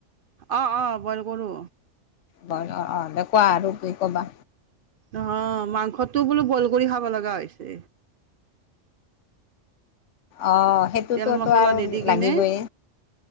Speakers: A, on the right (about 60°); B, on the left (about 75°).
A: অ অ বইল কৰো
B: বইল অ অঁ দে কোৱা আৰু কি ক'বা
A: নহ মাংসটোও বোলো বইল কৰি খাব লগা হৈছে
B: অঁ সেইটোতোতো
A: তেল মছলা
B: টো আৰু
A: দি দি কিনে
B: লাগিবই।